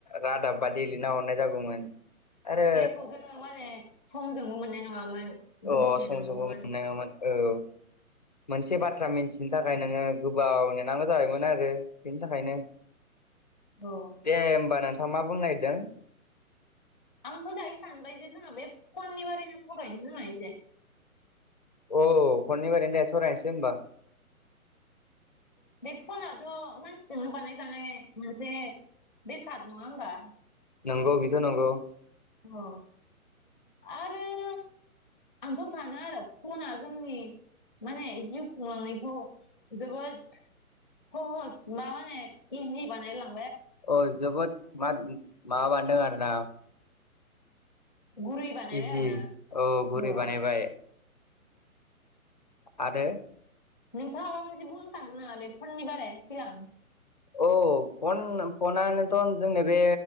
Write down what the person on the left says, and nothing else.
रादाब बादि लिरना हरनाय जागौमोन। आरो
अ
सम समबो मोननाङामोन औ। मोनसे बाथ्रा मिनथिनो थाखाय नोङो गोबाव नेनांगौ जाबायमोन आरो बेनि थाखायनो
दे होमबा नोंथाङ मा बुंनो नागिरदों?
अ फननि बारैनो दे सरायनोसै होनबा।
नोंगौ बेथ नोंगौ।
औ जोबोद मा माबा बानायदों आरो ना
इजि
औ गुरै
बानायबाय आरो
औ पन पनानोथ' जों बे